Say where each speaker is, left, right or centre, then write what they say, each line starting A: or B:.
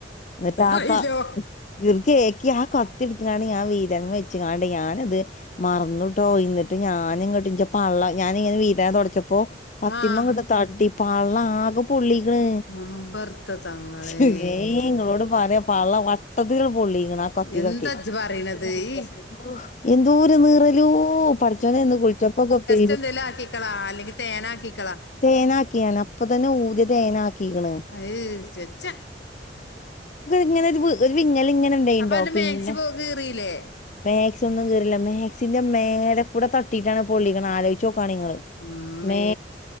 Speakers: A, on the left; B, on the left.
A: ന്നട്ട് പാപാ
B: അയിലോ
A: <unintelligible> ക്കേ ക്ക്യാ കത്തിട്ത്ത്ങ്ങാണ്ട് ഞാ വീതൻമെ വെച്ച്ങ്ങാണ്ട് ഞാനിത് മർന്ന്ട്ടോ ഇന്നട്ട് ഞാന്ങ്ങ ണ്ട് ഞ്ചെപള്ള ഞാനിങ്ങനെ വീതന തൊടച്ചപ്പോ കത്തിമ്മങട്ട്
B: ആഹ്
A: തട്ടി പള്ളാകെ പൊള്ളി. ക്ക്ണ്.
B: മുമ്പർത്ത തങ്ങളെ
A: ച്ച് ഏയ് ഇങ്ങളോട് പറ്യ പള്ള വട്ടത്ത്ല് <unintelligible> പൊള്ളിക്ക്ണ് ആ കത്തി
B: എന്താ
A: തട്ടി
B: ഇജ്ജ് പറയണത്
A: <unintelligible>
B: ഈ
A: എന്തോര് നീറലോ പട്ച്ചോനെ ഇന്ന് കുൾച്ചപ്പൊക്കെ പെ
B: എന്തെലക്കിക്കള അല്ലെങ്കി തേനാക്കിക്കളാ.
A: തേനാക്കിയാന് അപ്പൊ തന്നെ ഊത്യെ തേനാക്കിണ്.
B: അത് ചെച്ച
A: ഇങ്ങനൊരു വ് ഒര് വിങ്ങലിങ്ങനെണ്ടെയ്ൻട്ടോ
B: അപ്പൊ അന്റെ
A: പിന്നെ
B: മാക്സി പോ കീറിയില്ലേ
A: മാക്സി ഒന്നും കീറില്ല മാക്സിന്റെ മേലെ കൂടെ തട്ടിട്ടാണ് പൊള്ളിക്കണെ ആലോചി പണികള്
B: ഉമ്മേ
A: മ്മേ